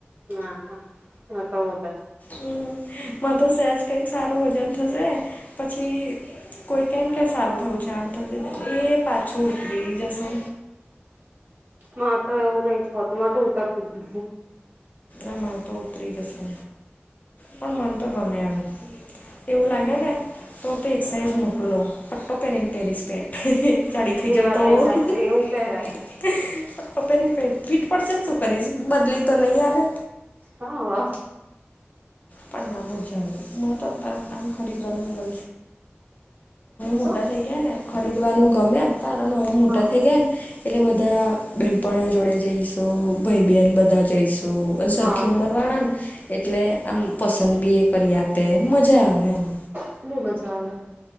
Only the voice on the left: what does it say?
હમ્મ, મા તો સેજ કંઈક સારું વજન થશે પછી કોઈ કેમ કે સારું થવું છે આમ થવું છે ત એ પાછું ઉતરી જશે.
એ માન તો ઉતરી જશે, પણ મન તો ગમે એમ. એવું લાગે ને તો તો એક સાઇઝ મોટું લઉં પટ્ટો પહેરીને પેરીસ પેન્ટ. ચડી થઇજ
તો.
પપ્પ
પેરી પેરી ફીટ પડશે જ શું કરીશ બદલી તો નહીં આલે.
પણ ના મજા આવેયું મને તો
અત્યારે એમ ખરીદવાનું ગમ છે પણ હવે મોટા થઈ ગ ગયા ને ખરીદવાનું ગમે અત્યારે પણ હવે મોટા
થયા ગિયા ને એટલે બધા બનપણીઓ જોડે જઈશું, ભાઈ બહેન બધા જઈશ તો અ સરખી
ઉંમરવાળા ને એટલે આમ પસંદ બી એ કરી આપે એમ મજા આવે એમ